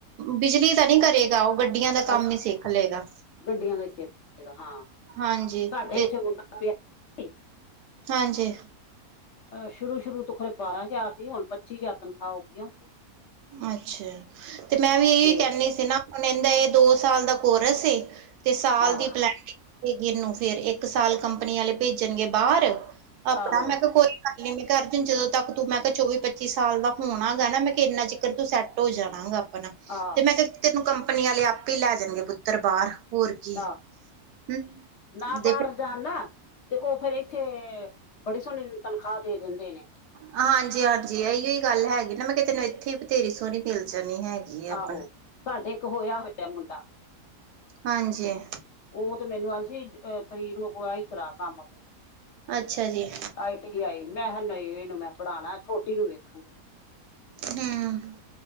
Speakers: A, on the right; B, on the left.
A: ਬਿਜਲੀ ਦਾ ਨਹੀਂ ਕਰੇਗਾ, ਉਹ ਗੱਡੀਆਂ ਦਾ ਕੰਮ
B: ਅੱਛਾ
A: ਹੀ ਸਿੱਖ ਲਏਗਾ।
B: ਗੱਡੀਆਂ ਦਾ ਹੀ ਸਿੱਖ ਲਏਗਾ ਹਾਂ,
A: ਹਾਂਜੀ
B: ਸਾਡੇ
A: ਤੇ
B: ਇੱਥੇ ਮੁੰਡਾ ਪਿਆ ਸੀ
A: ਹਾਂਜੀ।
B: ਸ਼ੁਰੂ ਸ਼ੁਰੂ ਤੋਂ ਖਰੇ ਬਾਰਾਂ ਹਜ਼ਾਰ ਸੀ, ਹੁਣ ਪੱਚੀ ਹਜ਼ਾਰ ਤਨਖਾਹ ਹੋ ਗਈ ਹੁੰਦੀ।
A: ਅੱਛਾ, ਤੇ ਮੈਂ ਵੀ ਇਹਹੀ
B: ਤੇ
A: ਕਹਿੰਦੀ ਸੀ ਨਾ। ਹੁਣ ਇਹਹਿੰਦਾ ਇਹ ਦੋ ਸਾਲ ਦਾ ਕੋਰਸ ਤੇ ਸਾਲ
B: ਆਹੋ
A: ਦੀ ਪਲਡਿੰਗ। ਨੂੰ ਫੇਰ ਇੱਕ ਸਾਲ ਕੰਪਨੀ ਵਾਲੇ ਭੇਜਣਗੇ ਬਾਹਰ। ਆਪਣਾ
B: ਆਹੋ
A: ਮੈਂ ਕਿਹਾ ਕੋਈ ਕਰ ਲਈ ਮੈਂ ਕਿਹਾ ਅਰਜੁਨ ਜਦੋਂ ਤੱਕ ਤੂੰ ਮੈਂ ਕਿਹਾ ਚੌਵੀ ਪੱਚੀ ਸਾਲ ਦਾ ਹੋਣਾ ਗਾ ਨਾ ਮੈਂ ਇੰਨਾ ਚਿੱਕਰ ਤੂੰ ਸੈੱਟ ਹੋ ਜਾਣਾ ਹੈਗਾ ਆਪਣਾ,
B: ਆਹ
A: ਤੇ ਮੈਂ ਕਿਹਾ ਤੈਨੂੰ ਕੰਪਨੀ ਵਾਲੇ ਆਪੇ ਲੈ ਜਾਣਗੇ, ਪੁੱਤਰ ਬਾਹਰ। ਹੋਰ ਕੀ
B: ਆਹ
A: ਹਮ
B: ਨਾ
A: ਦੇ
B: ਬਾਰ ਜਾਂਦਾ, ਤੇ ਉਹ ਫੇਿਰ ਇੱਥੇ ਬੜੇ ਸੋਹਣੀ ਤਨਖਾਹ ਦੇ ਦਿੰਦੇ ਨੇ।
A: ਹਾਂਜੀ, ਹਾਂਜੀ! ਇਹੀ ਹੀ ਗੱਲ ਹੈਗੀ ਨਾ। ਮੈਂ ਕਿ, ਤੈਨੂੰ ਇੱਥੇ ਹੀ ਬਥੇਰੀ ਸੋਹਣੀ ਮਿਲ ਜਾਣੀ ਹੈਗੀ। ਆ ਆਪਣਾ
B: ਆਹੋ, ਸਾਡੇ ਇੱਕ ਹੋਇਆ ਹੋਇਆ ਮੁੰਡਾ
A: ਹਾਂਜੀ।
B: ਉਹ ਤੇ ਮੈਨੂੰ ਆੱਲ ਸੀ, ਪ੍ਰੀਤ ਨੂੰ ਆਹੀ ਕਰਾ ਕੰਮ
A: ਅੱਛਾ ਜੀ।
B: I T I. ਮੈਂ ਕਿਹਾ, ਨਹੀਂ ਇਨੂੰ ਮੈਂ ਪੜ੍ਹਾਣਾ। ਛੋਟੀ ਨੂੰ ਵੇਖਾਂਗੀ ਕਿਹਾ।
A: ਹਮ।